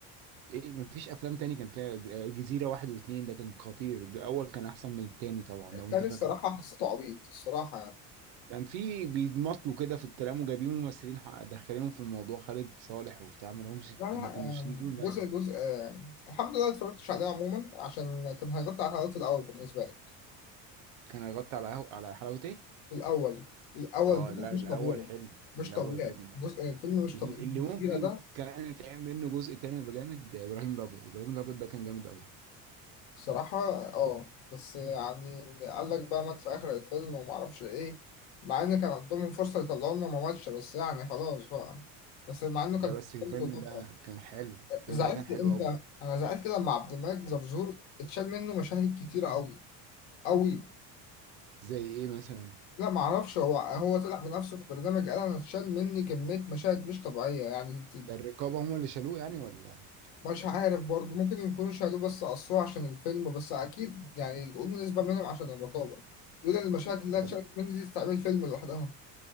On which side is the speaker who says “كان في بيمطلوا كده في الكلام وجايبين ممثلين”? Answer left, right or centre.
Right